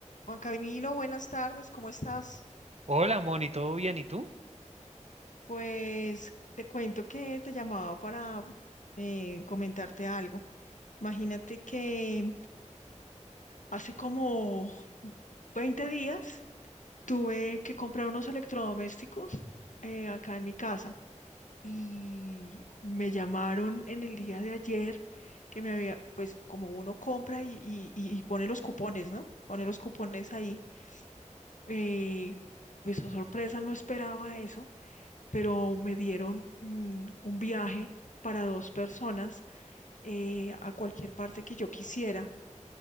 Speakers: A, on the left; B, on the right.
A: Juan Camilo, buenas tardes, ¿cómo estás?
B: Hola, Moni, ¿todo bien? ¿Y tú?
A: Pues te cuento que te llamaba para eh, comentarte algo. Imagínate que hace como 20 días tuve que comprar unos electrodomésticos eh, acá en mi casa y me llamaron en el día de ayer que me había, pues como uno compra y, y- y- y pone los cupones, ¿no? Pone los cupones ahí. eh, pues oh, sorpresa, no esperaba eso pero me dieron mm, un viaje para dos personas eh, a cualquier parte que yo quisiera.